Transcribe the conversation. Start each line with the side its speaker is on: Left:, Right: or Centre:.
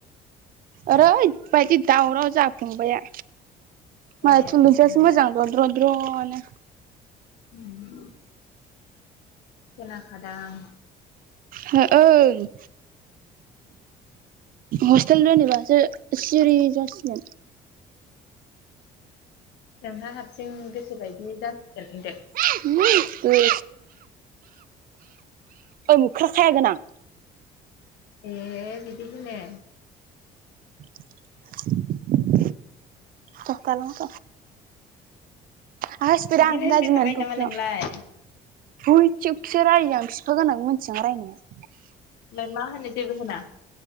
Right: ओरैबायदि दावराव जा फंबाया। मालाय
Left: ए
Right: थुलुनसियासो
Left: मोनदों
Right: मोजां दद्रद्र' नो।
Left: <inaudible> खोनाखादां।
Right: हो ओं हस्टेल जेनेबासो सिरि जासिगोन।
Left: नोंहा हारसिं गोसोबायदि जासिगोन दे
Right: बायद ओइ मुख्रा खायाागोनोनां
Left: ए बिदिखनो
Right: <unintelligible> दखा लांथ हसिफद
Left: बिदिनो
Right: आ
Left: होनबाय
Right: गाजिमान
Left: थाखायो नामा
Right: फख्रियाव
Left: नोंलाय
Right: बयथिकसो रायो आं बिफा गोनां मिथिगां रायनाया
Left: ओफ्राय मा होनो जेबो होना